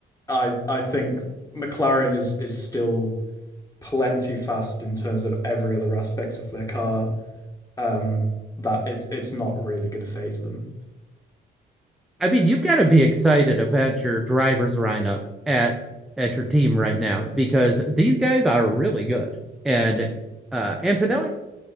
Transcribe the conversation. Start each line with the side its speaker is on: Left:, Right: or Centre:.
Left: I I think McLaren is is still plenty fast in terms of every other aspect of their car um, that it's it's not really going to phase them.
Centre: I mean, you've got to be excited about your driver's lineup at at your team right now because these guys are really good. And uh Antonelli,